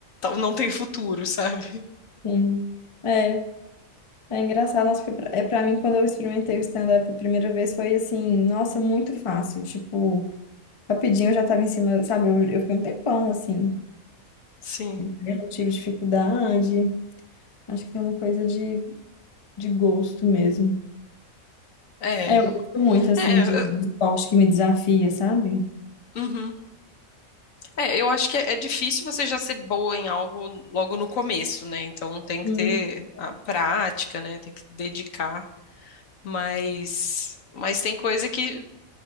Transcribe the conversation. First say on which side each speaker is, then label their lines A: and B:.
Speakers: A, on the left (about 70°); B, on the left (about 30°).
A: não tem futuro, sabe?
B: sim. É, é engraçado, nossa, porque pra- é para mim quando eu experimentei o stand-up a primeira vez foi assim, nossa, muito fácil, tipo, rapidinho eu já tava em cima, sabe? Eu, eu fiquei um tempão assim,
A: Sim.
B: eu não tive dificuldade. Acho que tem uma coisa de, de gosto mesmo.
A: É,
B: É, eu gosto muito assim
A: é,
B: de, de esporte que me desafia, sabe?
A: Uhum. É, eu acho que é é difícil você já ser boa em algo logo no começo, né? Então tem
B: Sim,
A: que ter a prática, né? Tem que dedicar, mas mas tem coisa que